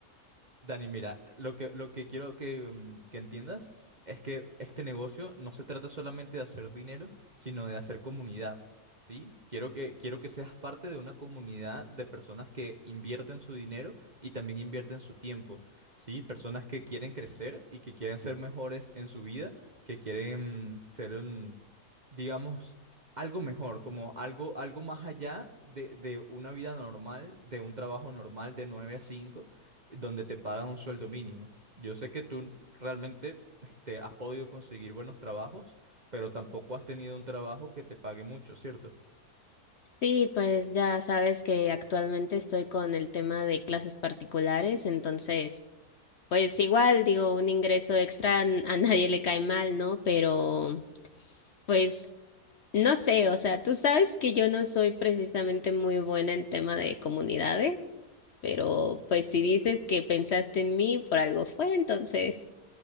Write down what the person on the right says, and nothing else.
Dani, mira, lo que, lo que quiero que, mm, que entiendas es que este negocio no se trata solamente de hacer dinero, sino de hacer comunidad, ¿sí? Quiero que, quiero que seas parte de una comunidad de personas que invierten su dinero y también invierten su tiempo, ¿sí? Personas que quieren crecer y que quieren ser mejores en su vida, que quieren mm, ser, mm, digamos, algo mejor, como algo, algo más allá de, de una vida normal, de un trabajo normal de 9 a 5 donde te pagan un sueldo mínimo. Yo sé que tú realmente este, has podido conseguir buenos trabajos, pero tampoco has tenido un trabajo que te pague mucho, ¿cierto?